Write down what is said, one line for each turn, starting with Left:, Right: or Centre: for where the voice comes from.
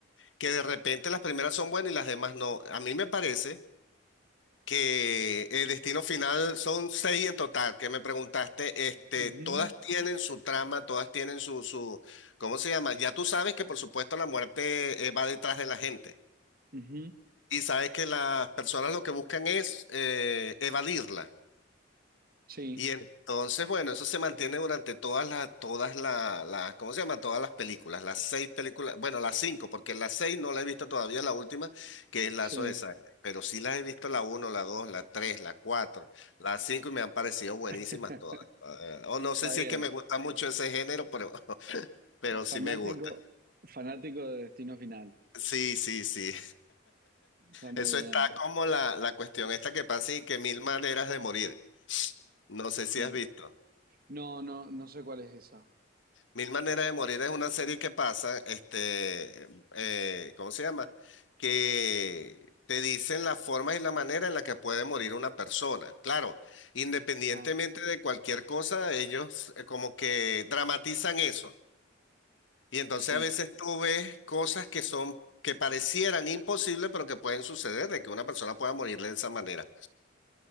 Left: que de repente las primeras son buenas y las demás no. A mí me parece que el destino final son seis en total, que me preguntaste, este,
Right: Ujú,
Left: todas tienen su trama, todas tienen su, su, ¿cómo se llama? Ya tú sabes que por supuesto la muerte eh, va detrás de la gente
Right: ujú.
Left: y sabes que las personas lo que buscan es eh, evadirla.
Right: Sí,
Left: Y entonces, bueno, eso se mantiene durante todas las, todas la- las, ¿cómo se llama? Todas las películas, las seis películas, bueno, las cinco, porque las seis no la he visto todavía, la última, que es Lazo
Right: sí,
Left: de Sangre, pero sí las he visto la uno, la dos, la tres, la cuatro, las cinco y me han parecido buenísimas
Right: <laughs>
Left: todas. Eh, o
Right: está
Left: no sé si
Right: bien.
Left: es que me gusta mucho ese género, pero, <laughs> pero sí
Right: Fanático,
Left: me gusta.
Right: fanático de Destino Final.
Left: Sí, sí, sí.
Right: Está muy
Left: Eso
Right: bien.
Left: está como la, la cuestión esta que pasa y que mil maneras de morir. No sé
Right: Sí.
Left: si has visto.
Right: No, no, no sé cuál es esa.
Left: Mil Maneras de Morir es una serie que pasa, este, eh, ¿cómo se llama? Que te dicen la forma y la manera en la que puede morir una persona. Claro, independientemente
Right: Ajá.
Left: de cualquier cosa, ellos eh, como que dramatizan eso. Y entonces
Right: Sí.
Left: a veces tú ves cosas que son, que parecieran imposibles, pero que pueden suceder, de que una persona pueda morir de esa manera.